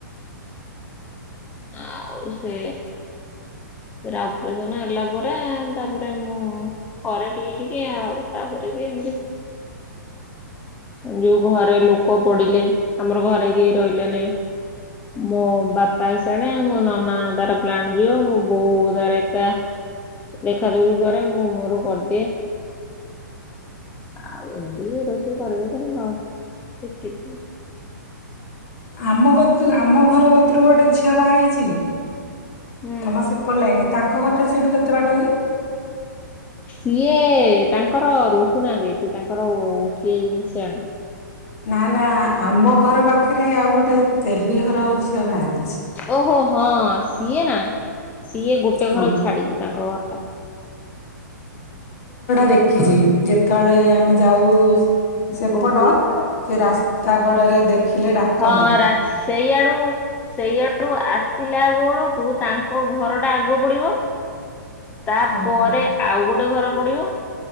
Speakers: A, on the left (about 15°); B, on the left (about 50°).
A: ଆଉ ସେ ସେରା ଅପରେସନ ହେଲା ପରେ ତାପରେ ମୁଁ ଘରେ ଟିକେ ଟିକେ ଆଉ ତାପରେ କି ଏମତି ଯୋଉ ଘରେ ଲୋକ ପଡିଲେ ଆମର ଘରେ କେହି ରହିଲେ ନାଇଁ ମୋ ବାପ୍ ସେଣେ ମୋ ନନା ତାର ପ୍ଲାଣ୍ଟ ଯିବ ମୋ ବୋଉ ତାର ଏକା ଦେଖାଦେଖି କରେ ମୁଁ ମୋର କରିଦିଏ ଆଉ ଏମତି ରୋଷେଇ କରକରି ଶିଖିଲି।
B: ଆମ କତି ଆମ ଘର କତିରୁ ଗୋଟେ ଝିଅ ବା ହେଇଛି।
A: ହୁଁ
B: ତମ ସେପଲ ଲାଇନ। ତାଙ୍କ ଘରଟା ସେଇଠୁ କେତେ ବାଟ କି?
A: ସିଏ ତାଙ୍କର ରହୁନାହାନ୍ତି ଏଠି ତାଙ୍କର କିଏ ଜିନିଷଣୁ
B: ନା ନା ଆମ ଘର ପାଖରେ ରେ ଆଉ ଗୋଟେ ତେଲି ଘର ଝିଅ ବାହଇଛି।
A: ଓହୋ। ହଁ ସିଏ ନା ସିଏ ଗୋଟେ
B: ହଁ
A: ଘର ଛାଡିକି ତାଙ୍କ ଘର ଟା।
B: ଦେଖିଲି। ଯେତେବେଳେ ଆମେ ଯାଉ ସେପଟ
A: ବବି
B: ସେ ରାସ୍ତା କଡରେ ଦେଖି ଥିଲେ ଡାକନ୍ତି।
A: ହଁ ରା ସେଇଆଡୁ ସେଇଆଡୁ ଆସିଲାବେଳକୁ ତାଙ୍କ୍ କଉ ଘରଟା ଆଗ ପଡିବ? ତାପରେ
B: ଓହୋ
A: ଆଉ ଗୋଟେ ଘର ପଡିବ।